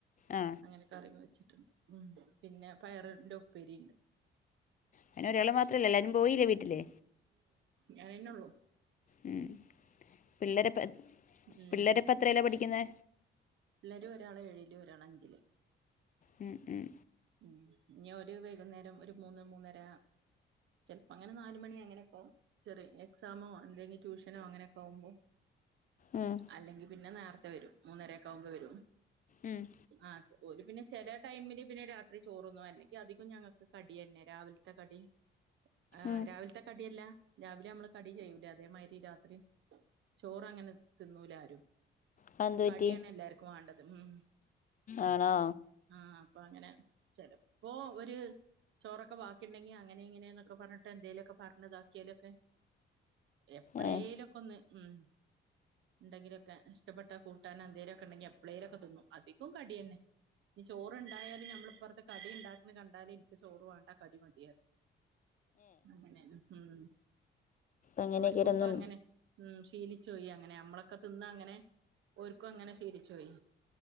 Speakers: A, on the left; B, on the right.
A: ആ
B: അങ്ങനെ കറി വെച്ച്. ഉം പിന്നെ പയർന്റുപ്പേരിണ്ട്.
A: അയ്നൊരാള് മാത്രല്ല, ല്ലാരും പോയിലേ വീട്ടില്?
B: ഞാനെന്നൊള്ളു.
A: ഉം പിള്ളേരെപ്പ
B: ഉം
A: പിള്ളേര്പ്പ ത്രേലാ പഠിക്കുന്നേ?
B: പിള്ളേര് ഒരാള് ഏഴില്, ഒരാള് അഞ്ചില്.
A: ഉം ഉം.
B: ഉം, ഞൊര് വൈകുന്നേരം ഒരു മൂന്ന് മൂന്നര ചെല്പ്പോ ങ്ങനെ നാല് മണി അങ്ങനെക്കാവും, ചെറി എക്സാമോ ണ്ടെങ്കി ട്യൂഷനോ അങ്ങനെകാവുമ്പോ
A: ഉം
B: അല്ലെങ്കി പിന്നെ നേർത്തെ വരും, മൂന്നരൊക്കാവുമ്പ വരും,
A: ഉം
B: ആത് ഓല് പിന്നെ ചെലെ ടൈമില് പിന്നെ രാ ത്രി ചോർന്നും, അല്ലെങ്കി അധികം ഞങ്ങക്ക് കട്യന്നെ, രാവില്ത്തെ കടി. ആ,
A: ഉം
B: രാവില്ത്തെ കട്യല്ല? രാവിലെമ്മള് കടി ചെയ്യൂലേ, അതേമാരി രാത്രി ചോറ ങ്ങനെ തിന്നൂലാരും.
A: അതെന്ത്
B: കട്യന്നെ
A: പറ്റി
B: ല്ലാർക്കും വാണ്ടത് ഉം,
A: ആണോ
B: ആഹ്. പ്പൊ ങ്ങനെ ചെലപ്പോ ഒര് ചോറൊക്കെ വാക്കിണ്ടെങ്കി അങ്ങനെ ഇങ്ങനെന്നൊക്കെ പർഞ്ഞിട്ടെന്തേലൊക്കെ പർഞ്താക്ക്യാലൊക്കെ എപ്പളേലൊക്കൊന്ന്
A: ഏഹ്
B: ഉം, ണ്ടെങ്കിലൊക്കെ ഇഷ്ടപ്പെട്ട കൂ ട്ടാനൊ ന്തേലൊക്കെ ണ്ടെങ്കി എപ്ളേലൊക്കെ ത്ന്നും, അതികം കട്യന്നെ, ഞ് ചോറ്ണ്ടായാല് ഞമ്മൾപ്പർ കടി ണ്ടാക്ക്ണ് കണ്ടാല് ഇന്ക്ക് ചോറ് വാണ്ട, കടി മതി അറിം, അങ്ങനെണ്. ഉം.
A: എങ്ങനെ
B: ഓര്ക്കും
A: ക്കെരന്നുൻ
B: ഇപ്പ അങ്ങനെ ഉം, ശീലിച്ചോയി അങ്ങനെ ഞമ്മളൊക്കെ തിന്ന അങ്ങനെ ഓര്ക്കും അങ്ങനെ ശീലിച്ചോയി.